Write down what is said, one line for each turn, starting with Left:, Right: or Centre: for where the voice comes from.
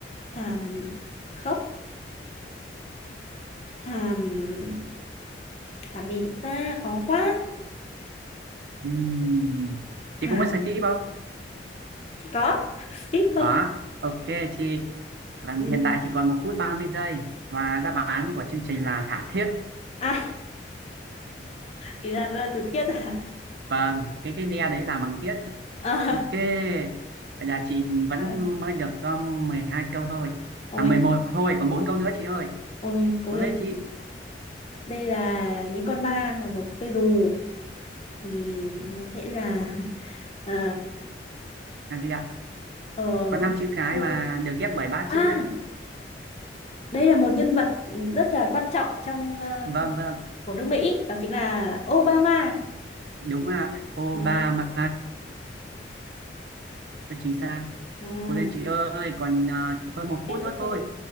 Left: thảm khóc thảm thảm gì được ta khó quá
Right: Ừm,
Left: thảm
Right: chị cũng muốn skip không
Left: chỉ có <laughs> skip thôi
Right: Có, ok chị. Và
Left: ừ.
Right: hiện tại chỉ còn một phút 30 giây và đáp án của chương trình là thảm thiết.
Left: à thì ra đó là từ thiết à,
Right: Vâng, cái cái đe đấy là bằng thiết.
Left: à
Right: Ok. Vậy là chị vẫn
Left: quá là
Right: mới được có 12 câu thôi.
Left: ôi
Right: À 11 thôi, còn 4 câu nữa chị ơi.
Left: ôi cố
Right: Cố
Left: lên
Right: lên chị.
Left: đây là những con ma và một cây dù thì nó sẽ là ờ
Right: Làm gì ạ?
Left: ờ,
Right: Có 5 chữ cái
Left: ô-
Right: và được ghép bởi 3
Left: à
Right: chữ nha chị.
Left: đây là một nhân vật rất là quan trọng trong ờ,
Right: Vâng vâng,
Left: của nước Mỹ đó chính là Obama
Right: đúng ạ. Obama.
Left: à,
Right: Rất chính xác.
Left: à,
Right: Cố lên chị ơi, còn à, hơn một
Left: Ok,
Right: phút nữa
Left: tiếp
Right: thôi.
Left: tục.